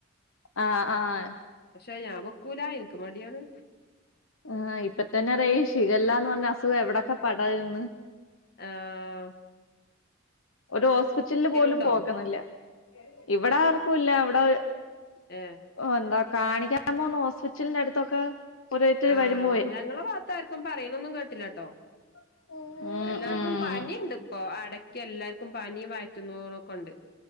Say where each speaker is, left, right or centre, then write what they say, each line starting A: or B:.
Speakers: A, on the left; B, on the left.
A: ആഹ ആഹ
B: പക്ഷെ ഞാൻ വെക്കൂലാ എനിക്ക് മടിയാണ്
A: ആഹ് ഇപ്പത്തന്നെ റേ ഷിഖല്ലാ എന്ന് പറഞ്ഞ അസുഖം എവിടെയൊക്കെ പടരുന്ന്
B: ആഹ
A: ഒരു ഹോസ്പിറ്റലില് പോലും
B: ഉണ്ടോ
A: പോക്കുന്നില്ല ഇവിടെ ആർക്കും ഇല്ല അവിടെ
B: ഏ
A: ഓ എന്താ കാണിക്കാൻ പോന്ന ഹോസ്പിറ്റലിന്റെ അടുത്തൊക്കെ ഓരോരുത്തര്
B: ആഹ,
A: വരുമ്പോഴേ
B: ഞങ്ങള പാത്താർക്കും പറയണൊന്നും കേട്ടില്ല ട്ടോ?
A: <unintelligible>
B: എല്ലാർക്കും
A: ഉം
B: പനിണ്ട് ഇപ്പോ, അടക്കി എല്ലാർക്കും പനി വയറ്റ് ന്നോക്കൊക്കെ ഉണ്ട്.